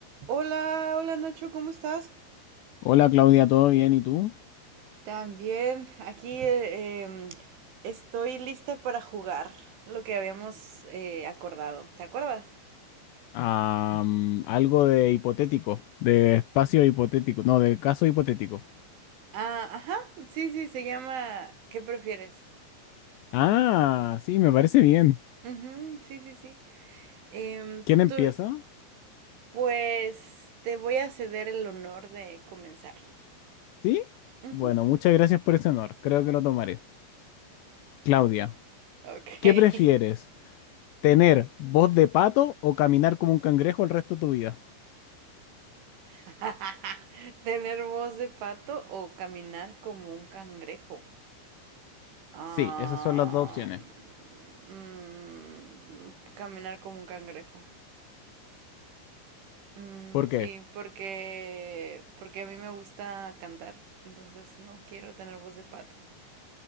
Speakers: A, on the right; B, on the left.
A: Hola, hola Nacho, ¿cómo estás?
B: Hola Claudia, ¿todo bien? ¿Y tú?
A: También, aquí eh, em, estoy lista para jugar lo que habíamos eh, acordado. ¿Te acuerdas?
B: Am, algo de hipotético, de espacio hipotético, no, de caso hipotético.
A: Ah, ajá, sí, sí, se llama ¿Qué prefieres?
B: Ah, sí, me parece bien.
A: Ujú, sí, sí, sí. Em,
B: ¿Quién empieza?
A: tú, pues te voy a ceder el honor de comenzar.
B: ¿Sí?
A: Ujú.
B: Bueno, muchas gracias por ese honor, creo que lo tomaré. Claudia,
A: Ok.
B: ¿qué prefieres? ¿Tener voz de pato o caminar como un cangrejo el resto de tu vida?
A: <laughs> ¿Tener voz de pato o caminar como un cangrejo? Ah,
B: Sí, esas son las dos opciones.
A: mm, caminar como un cangrejo. Mm,
B: ¿Por
A: sí,
B: qué?
A: porque, porque a mí me gusta cantar, entonces no quiero tener voz de pato.